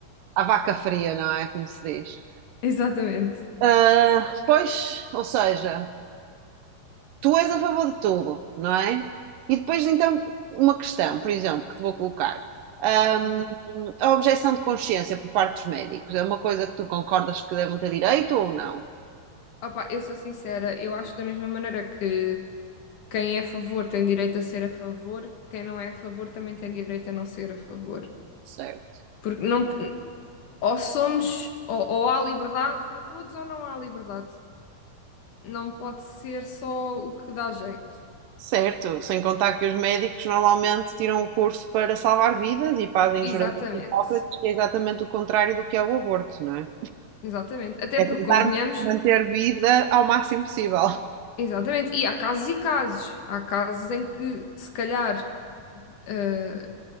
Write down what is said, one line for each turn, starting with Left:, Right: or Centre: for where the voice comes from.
Right: à vaca fria, não é? Como se diz.
Left: Exatamente.
Right: Ah, pois, ou seja, tu és a favor de tudo, não é? E depois, então, uma questão, por exemplo, que te vou colocar. Ahm,
Left: Hum.
Right: a objeção de consciência por parte dos médicos é uma coisa que tu concordas que devem ter direito ou não?
Left: Opa, eu sou sincera, eu acho que da mesma maneira que quem é a favor tem direito a ser a favor, quem não é a favor também tem direito a não ser a favor.
Right: Certo.
Left: Porque não, ou somos, ou, ou há liberdade para todos ou não há liberdade. Não pode ser só o que dá jeito.
Right: Certo, sem contar que os médicos normalmente tiram o curso para salvar vidas e fazem
Left: Exatamente.
Right: o juramento de Hipócrates, que é exatamente o contrário do que é o aborto, não é?
Left: Exatamente. Até
Right: É
Left: porque,
Right: tentar
Left: convenhamos,
Right: manter vida ao máximo possível.
Left: Exatamente, e há casos e casos. Há casos em que, se calhar, eh,